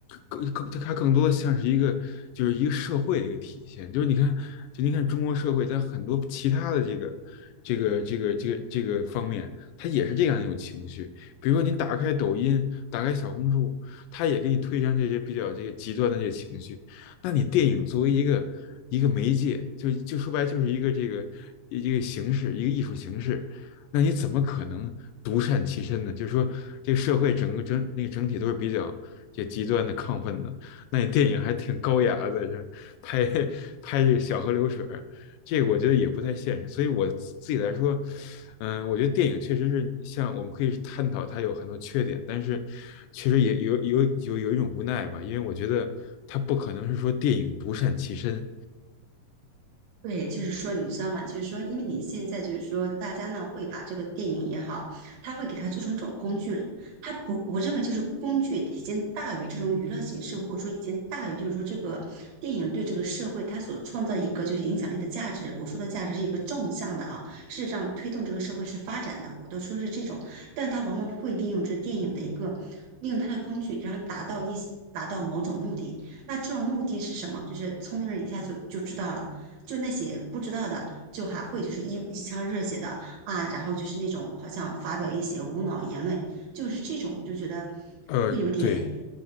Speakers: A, on the left; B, on the right.
A: 更更它更多的像是一个就是一个社会的一个体现，就是你看就你看中国社会在很多其他的这个这个这个这个这个方面，它也是这样一种情绪。比如说你打开抖音，打开小红书，它也给你推荐这些比较这个极端的这个情绪。那你电影作为一个一个媒介，就就说白了就是一个这个一个形式，一个艺术形式，那你怎么可能独善其身呢？就是说，这个社会整个整那个整体都是比较这极端的亢奋的，那你电影还挺高雅的，这拍拍这个小河流水这个我觉得也不太现实。所以我自己来说，嗯，我觉得电影确实是像我们可以探讨它有很多缺点，但是确实也有有有有一种无奈吧，因为我觉得它不可能是说电影独善其身。
B: 对，就是说，你知道吗？就是说，因为你现在就是说，大家呢会把这个电影也好，他会给它做成一种工具了。它不，我认为就是工具已经大于这种娱乐形式，或者说已经大于就是说这个电影对这个社会它所创造一个就是影响力的价值。我说的价值是一个纵向的啊，事实上推动这个社会是发展的，我都说是这种，但他往往会利用这电影的一个利用它的工具，然后达到一达到某种目的。那这种目的是什么？就是聪明人一下就就知道了。就那些不知道的，就还会就是一一腔热血的啊，然后就是那种好像发表一些无脑言论，就是这种我就觉得
A: 呃，
B: 会有点
A: 对，